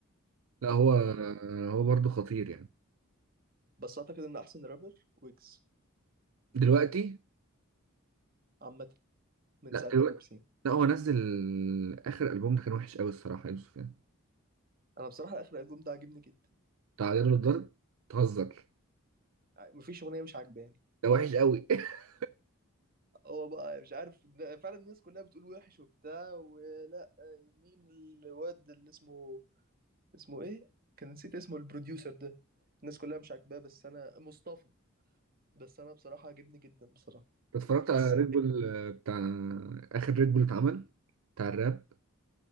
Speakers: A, on the right (about 75°); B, on the right (about 40°).
A: لا هو
B: فاهمني
A: هو برضه خطير يعني
B: بس أعتقد إن أحسن رابر ويجز
A: دلوقتي
B: عامة من
A: لا
B: ساعة
A: دلوقتي
B: الراب سين
A: لا هو نزل اخر البوم ده كان وحش قوي الصراحه يا يوسف يعني
B: أنا بصراحة آخر ألبوم ده عاجبني جدا
A: تعالى له الضرب تهزر
B: يعني مفيش أغنية مش عاجباني
A: ده وحش قوي <laughs>
B: هو بقى مش عارف فعلا الناس كلها بتقول وحش وبتاع ولا مين الواد اللي اسمه اسمه إيه؟ كان نسيت اسمه البروديوسر ده الناس كلها مش عاجباه بس أنا مصطفى بس أنا بصراحة عاجبني جدا بصراحة
A: اتفرجت
B: حاسس
A: على ريد
B: إن
A: بول آه، بتاع اخر ريد بول اتعمل بتاع الراب